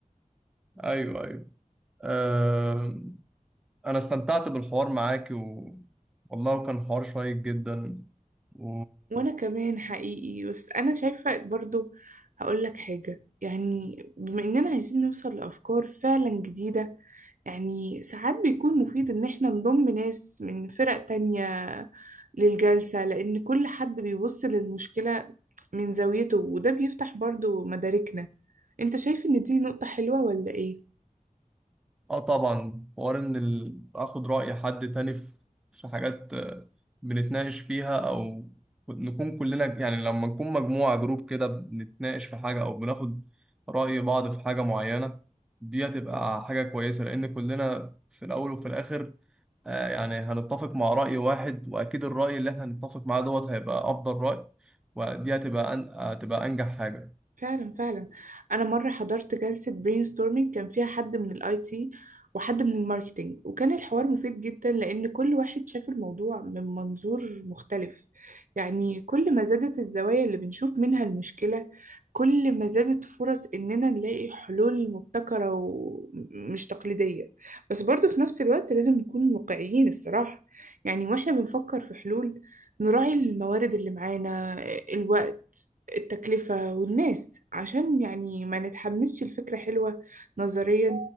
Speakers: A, in the centre; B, on the right.
A: أيوة أيوة أه انا استمتعت بالحوار معاك و... والله كان حوار شيق جدا و...
B: وأنا كمان حقيقي بس أنا شايفة برضو هقول لك حاجة يعني بما إننا عايزين نوصل لأفكار فعلا جديدة يعني ساعات بيكون مفيد إن إحنا نضم ناس من فرق تانية للجلسة لأن كل حد بيبص للمشكلة من زاويته وده بيفتح برضو مداركنا أنت شايف إن دي نقطة حلوة ولا إيه؟
A: اه طبعا حوار ان ال- اخد رأي حد تاني في في حاجات آه، بنتناقش فيها او نكون كلنا يعني لما نكون مجموعة جروب كده بنتناقش في حاجة او بناخد رأي بعض في حاجة معينة دي هتبقى حاجة كويسة لان كلنا في الاول وفي الاخر آه، يعني هنتفق مع رأي واحد واكيد الرأي اللي احنا هنتفق معاه دوت هيبقى افضل رأي ودي هتبقى أن... هتبقى انجح حاجة
B: فعلا فعلا انا مره حضرت جلسه برين ستورمينج كان فيها حد من الاي تي وحد من الماركتينج وكان الحوار مفيد جدا لان كل واحد شاف الموضوع من منظور مختلف يعني كل ما زادت الزوايا اللي بنشوف منها المشكله كل ما زادت فرص اننا نلاقي حلول مبتكره ومش تقليديه بس برضه في نفس الوقت لازم نكون واقعيين الصراحه يعني واحنا بنفكر في حلول نراعي الموارد اللي معانا الوقت التكلفة والناس عشان يعني ما نتحمسش الفكرة حلوة نظريا